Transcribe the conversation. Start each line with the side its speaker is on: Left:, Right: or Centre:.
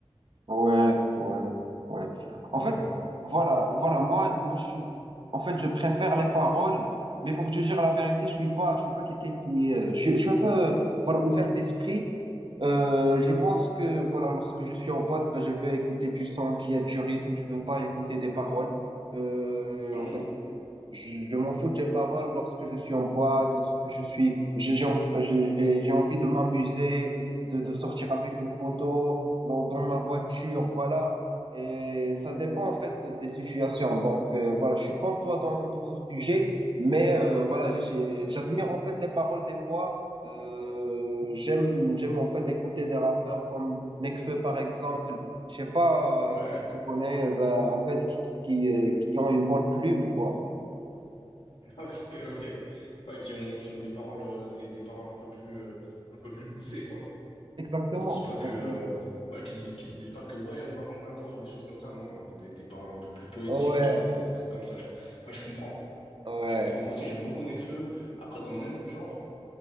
Right: ouais, ouais, ouais. En
Left: Voilà.
Right: fait, voilà, voilà, moi, moi, je suis, en fait, je préfère les paroles, mais pour te dire la vérité, je suis pas, je suis pas quelqu'un qui est, euh, je suis, je suis un peu, voilà, ouvert d'esprit. Euh, je pense que, voilà, lorsque je suis en pote, ben, je vais écouter du son qui a du rythme, je veux pas écouter des paroles. Euh,
Left: Mhm.
Right: en fait, je, je m'en fous des paroles lorsque je suis en pote, lorsque je suis, j'ai, j'ai en- j'ai- j'ai j'ai envie de m'amuser. de, de sortir avec mes potos, dans, dans ma voiture, voilà. Et ça dépend en fait de- des situations. Donc euh, voilà, je suis comme toi dans, dans ce sujet, mais euh, voilà, j'ai- j'ai- j'admire en fait les paroles des fois. Euh, j'aime, j'aime en fait écouter des rappeurs comme Nekfeu par exemple. Je sais pas
Left: Ouais.
Right: euh, si
Left: <laughs>
Right: tu connais, euh, bah, en fait, qui, qui, qui, euh, qui ont une bonne plume, quoi.
Left: Ok, ok. Ouais, qui ont, qui ont des paroles, euh, des, des paroles un peu plus, euh, un peu plus poussées, quoi.
Right: Exactement,
Left: Qui disent pas
Right: exactement.
Left: que, euh, ouais, qui disent, qui disent pas que, ouais, on va vendre de la drogue, des choses comme ça. Non, euh, des, des paroles un peu plus poétiques,
Right: Ouais,
Left: tu vois, des, des trucs comme ça. Je, ouais, je comprends.
Right: ouais,
Left: Je comprends. Moi aussi, j'aime beaucoup Nekfeu. Après, dans le même genre.